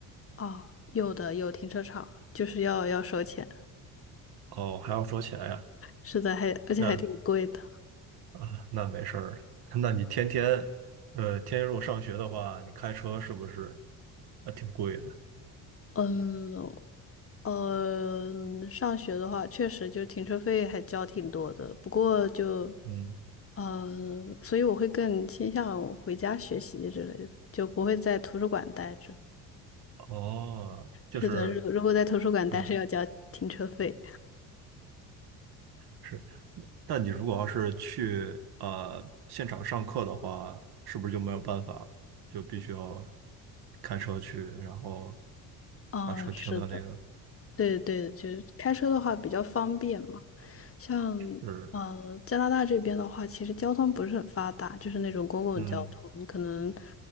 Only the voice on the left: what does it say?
哦，有的有停车场，就是要要收钱，
是的，还而且还挺贵的。
嗯，呃，上学的话，确实就停车费还交挺多的，不过就，
呃，所以我会更倾向回家学习之类的，就不会在图书馆待着。
是的，如如果在图书馆待着要交停车费。
哦，
是的。对对，就是开车的话比较方便嘛。像
呃加拿大这边的话，其实交通不是很发达，就是那种公共交通，
你可能